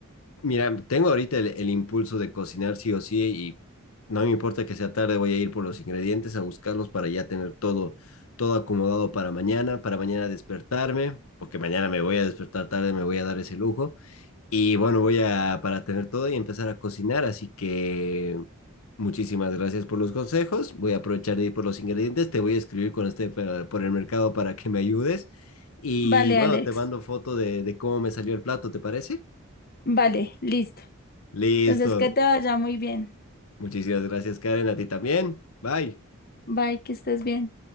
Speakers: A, on the left; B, on the left.
A: Mira, tengo ahorita el, el impulso de cocinar sí o sí y no me importa que sea tarde, voy a ir por los ingredientes a buscarlos para ya tener todo, todo acomodado para mañana, para mañana despertarme, porque mañana me voy a despertar tarde, me voy a dar ese lujo. Y bueno, voy a, para tener todo y empezar a cocinar, así que muchísimas gracias por los consejos, voy a aprovechar de ir por los ingredientes, te voy a escribir con este eh, por el mercado para que me ayudes. Y
B: Vale,
A: bueno,
B: Alex.
A: te mando foto de, de cómo me salió el plato, ¿te parece?
B: Vale, listo.
A: Listo,
B: Entonces, que te vaya muy bien.
A: Muchísimas gracias, Karen. A ti también. Bye.
B: Bye, que estés bien.